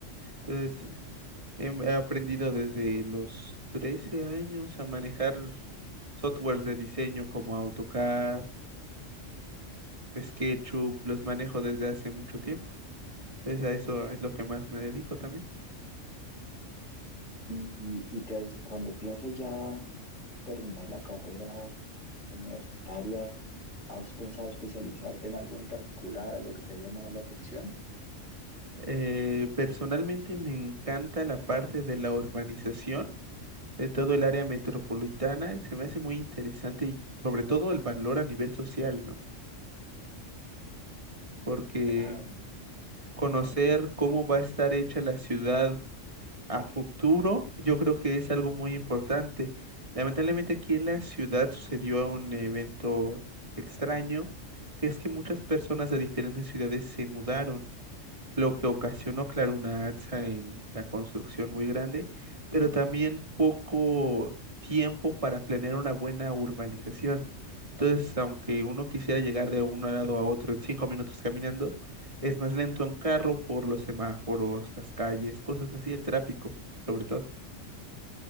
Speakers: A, on the right (about 25°); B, on the left (about 85°).
A: Entonces, he he aprendido desde los 13 años a manejar softwares de diseño como AutoCAD, Es SketchUp, los manejo desde hace mucho tiempo. Entonces a eso es lo que más me dedico también.
B: Y, y te hace- cuando pienses ya terminar la carrera universitaria, ¿has pensado especializarte en algo en particular, algo que te ha llamado la atención?
A: Eh, personalmente me encanta la parte de la urbanización de todo el área metropolitana. Se me hace muy interesante y sobre todo el valor a nivel social, ¿no? Porque
B: Claro,
A: conocer cómo va a estar hecha la ciudad a futuro, yo creo que es algo muy importante. Lamentablemente aquí en la ciudad sucedió un evento extraño, que es que muchas personas de diferentes ciudades se mudaron lo que ocasionó, claro, una alza en la construcción muy grande, pero también poco tiempo para planear una buena urbanización. Entonces, aunque uno quisiera llegar de un lado a otro en cinco minutos caminando, es más lento en carro por los semáforos, las calles, cosas así, el tráfico, sobre todo.